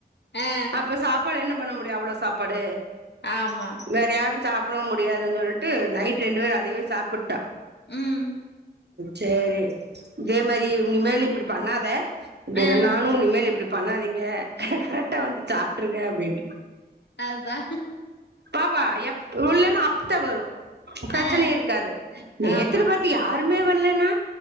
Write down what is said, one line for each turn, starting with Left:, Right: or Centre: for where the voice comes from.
Left: ஆ
Right: அப்ப சாப்பாடு என்ன பண்ண முடியு அவ்வளோ சாப்பாடு
Left: ஆமா
Right: வேற யாரு சாப் படவு முடியாதுன் சொல்ட்டு நைட் ரெண்டு பேர் அதையவே சாப்புட்டோ
Left: ம்
Right: சேரி இதே மாரி இனிமேல் இப்பிடி பண்ணாத அப்டின
Left: ஆ
Right: நானு இனிமேல் இப்பிடி பண்ணாதிங்க கரெக்டா வந்து சாப்ட்ருங்க அப்டின்ட்டு
Left: அதுதா
Right: பாப்பா எப் உள்ளனு அப்பத்தா வரு பிரச்சனை
Left: ஆ
Right: இருக்காது நேத்துனு
Left: ஆமா
Right: பாத்து யாரு ஒன்னுமே வல்லேனா